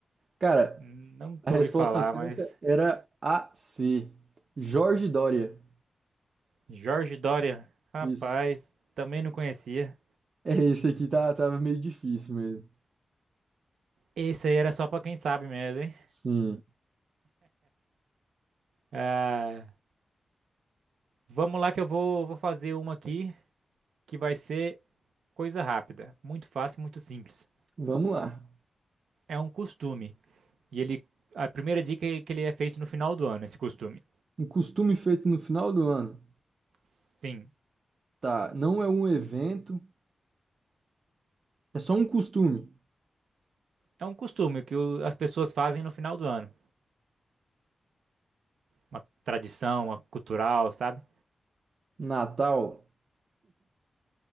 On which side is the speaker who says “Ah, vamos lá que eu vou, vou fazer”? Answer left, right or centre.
Right